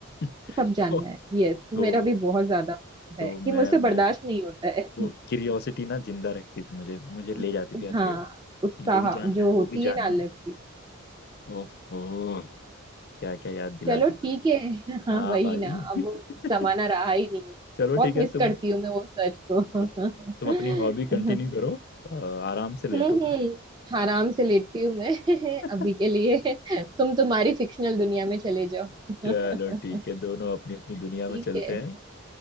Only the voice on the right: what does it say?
सब जानना
है यस मेरा भी बहुत ज्यादा
है कि
मुझसे बर्दाश्त
नहीं होता है
<laughs>
हाँ
उत्साह
जो
होती
है ना अलग
सी
चलो ठीक है हाँ
वही
ना अब
वो जमाना रहा ही नहीं है।
बहुत
मिस
करती हूँ मैं वो सच को
<laughs>
हम्म
हम्म
आराम से लेटती हूँ मैं <laughs>
अभी के लिए तुम तुम्हारी फिक्शनल दुनिया में चले जाओ
<laughs>
ठीक
है